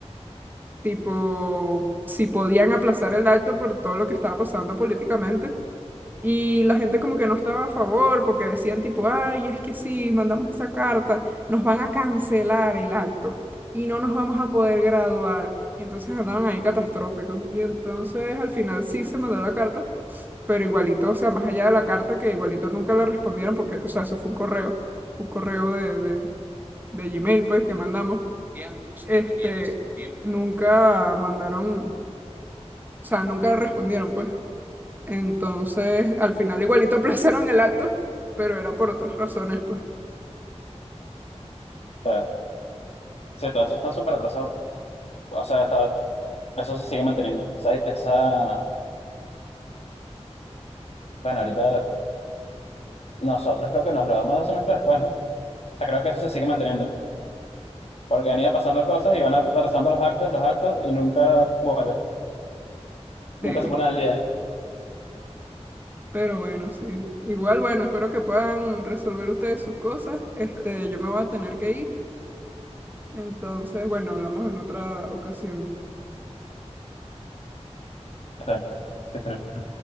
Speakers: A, on the right; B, on the left.
A: tipo, si podían aplazar el acto por todo lo que estaba pasando políticamente. Y la gente como que no estaba a favor porque decían tipo, ay, es que si mandamos esa carta, nos van a cancelar el acto y no nos vamos a poder graduar. Y entonces andaban ahí catastróficos. Y entonces al final sí se mandó la carta, pero igualito, o sea, más allá de la carta que igualito nunca la respondieron porque, o sea, eso fue un correo, un correo de, de, de Gmail pues que mandamos. Este, nunca mandaron, o sea, nunca respondieron pues. Entonces, al final igualito <laughs> aplazaron el acto, pero era por otras razones, pues.
B: sea, sí, todo eso está súper atrasado. O sea, está, eso se sigue manteniendo. O sea, esa, bueno, ahorita nosotros creo que nos graduamos dos semestres después, ¿no? O sea, creo que eso se sigue manteniendo. Porque han ido pasando cosas y van atrasando los actos, los actos, y nunca vuelven. Nunca
A: Sí,
B: se ponen al día.
A: pero bueno, sí. Igual, bueno, espero que puedan resolver ustedes sus cosas. Este, yo me voy a tener que ir. Entonces, bueno, hablamos en otra ocasión.
B: está bien, está bien.